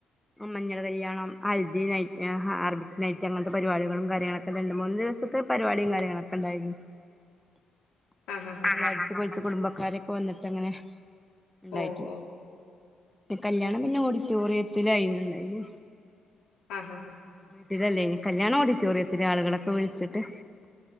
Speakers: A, in the centre; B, on the left.
A: മഞ്ഞൾ കല്യാണം ഹൽദി നൈറ്റ് ഹാർബിക് നൈറ്റ് അങ്ങനത്തെ പരിപാടികളും കാര്യങ്ങളൊക്കെ രണ്ട് മൂന്ന് ഇത്തെ പരിപാടി കാര്യങ്ങളൊക്കെണ്ടായിരുന്നു
B: <inaudible>
A: <unintelligible>
B: ആഹാ ഹാ
A: കഴിച്ചു
B: ഹാ
A: പഴിച്ച കുടുംബക്കാരൊക്കെ വന്നിട്ട്ങ്ങനെ ഉണ്ടായിട്ടില്ല
B: ഓ ഓ
A: കല്യാണം പിന്നെ ഓഡിറ്റോറിയത്തി ലായിരുന്നുണ്ടായിനേ
B: ആഹ് ആഹ് ഹാ
A: വീട്ടിലല്ലേനി കല്യാണ ഓഡിറ്റോറിയത്തിലെ ആളുകളൊക്കെ വിളിച്ചിട്ട്